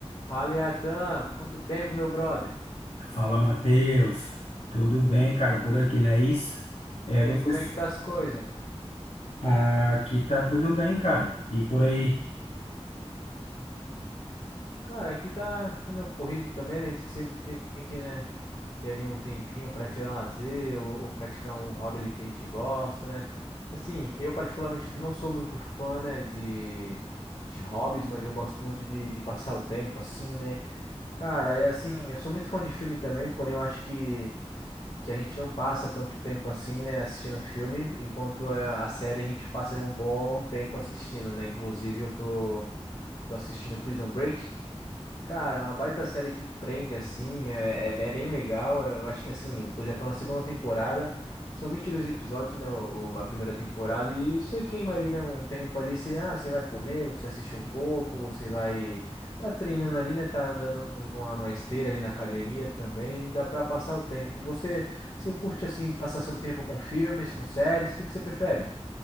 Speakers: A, on the left; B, on the left.
A: Fala, Iatan, quanto tempo, meu brother?
B: Fala, Matheus. Tudo bem, cara? Por aqui, não é isso? É,
A: E
B: vocês...
A: aí, como é que tá as coisas?
B: Ah, aqui tá tudo bem, cara. E por aí?
A: Cara, aqui tá, tá meio corrido também, né? A gente sempre tem que, né, ter ali um tempinho pra tirar um lazer ou, ou praticar um hobby ali que a gente gosta, né? Assim, eu particularmente não sou muito fã, né, de, de hobbies, mas eu gosto muito de, de passar o tempo, assim, né? Cara, é assim, eu sou muito fã de filme também, porém eu acho que que a gente não passa tanto tempo assim, né, assistindo filme, enquanto a, a série a gente passa ali um bom tempo assistindo, né? Inclusive eu tô, tô assistindo Prison Break. Cara, é uma baita série que prende, assim, é, é- é bem legal. Eu acho que, assim, tô, já tô na segunda temporada. São 22 episódios, né, o, o- a primeira temporada. E você queima ali, né, um tempo ali. Você, ah, você vai comer, você assiste um pouco, você vai... Tá treinando ali, né, tá andando numa, numa esteira ali na academia também. Dá pra passar o tempo. Você, você curte, assim, passar seu tempo com filmes, com séries? O que que você prefere?